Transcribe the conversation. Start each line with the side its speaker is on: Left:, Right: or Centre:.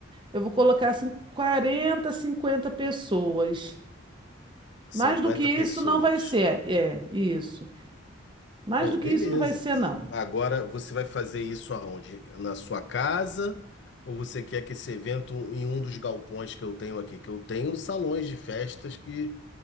Right: Eu vou colocar assim 40, 50 pessoas.
Left: 50
Right: Mais do que isso
Left: pessoas.
Right: não vai ser, é, isso. Mais
Left: Bom,
Right: do
Left: beleza.
Right: que isso não vai ser, não.
Left: Agora você vai fazer isso aonde? Na sua casa? Ou você quer que esse evento em um dos galpões que eu tenho aqui? Que eu tenho salões de festas que,